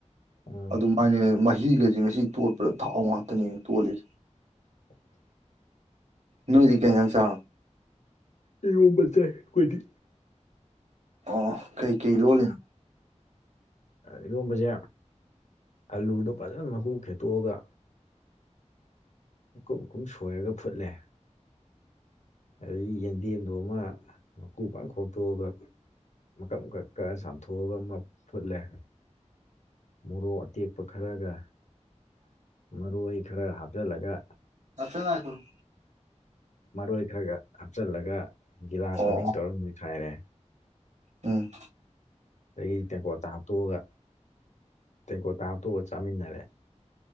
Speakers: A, on the left; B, on the right.
A: ꯎꯝ
B: ꯑꯗꯨꯃꯥꯏꯅ ꯃꯍꯤꯒꯁꯦ ꯉꯁꯤ ꯇꯣꯠꯄꯗ ꯊꯥꯎ ꯉꯥꯛꯇꯅꯦ ꯇꯣꯜꯂꯤꯁ
A: <unintelligible>
B: ꯅꯣꯏꯗꯤ ꯀꯦ ꯌꯦꯖꯥꯟ ꯆꯥꯔꯕ
A: ꯏꯔꫭꯟꯕ ꯆꯥꯏ ꯑꯩꯈꯣꯏꯗꯤ
B: ꯑꯣ ꯀꯩꯀꯩ ꯂꯣꯜꯂꯤꯅꯣ
A: ꯏꯔꯣꯟꯕꯁꯦ ꯑꯂꯨꯗꯣ ꯐꯖꯅ ꯃꯀꯨ ꯈꯦꯠꯇꯣꯛꯑꯒ ꯑꯀꯨꯞ ꯑꯀꯨꯞ ꯁꯣꯏꯔꯒ ꯐꯨꯠꯂꯦ ꯑꯩ ꯌꯦꯟꯗꯦꯝꯗꯣ ꯑꯃ ꯃꯀꯨ ꯐꯥꯠ ꯈꯣꯇꯣꯛꯑꯒ ꯃꯀꯛ ꯃꯀꯛꯀ ꯆꯥꯝꯊꯣꯛꯑꯒ ꯑꯃ ꯐꯨꯠꯂꯦ ꯃꯣꯔꯣꯛ ꯑꯇꯦꯛꯄ ꯈꯔꯒ ꯃꯔꯣꯏ ꯈꯔ ꯍꯥꯞꯆꯜꯂꯒ
B: UNINTELLIGIBLE
A: ꯃꯔꯣꯏ ꯈꯔꯒ ꯍꯥꯞꯆꯤꯜꯂꯒ ꯒꯤꯂꯥꯁ
B: ꯑꯣ
A: ꯃꯅꯤꯡ ꯇꯧꯔꯝ ꯂꯣꯏꯈꯥꯏꯔꯦ
B: ꯎꯝ
A: ꯑꯩꯒꯤ ꯇꯦꯡꯀꯣꯠꯇꯥ ꯍꯥꯞꯇꯣꯛꯑꯒ ꯇꯦꯡꯀꯣꯠꯇꯥ ꯍꯥꯞꯇꯣꯛꯑꯒ ꯆꯥꯃꯤꯟꯅꯔꯦ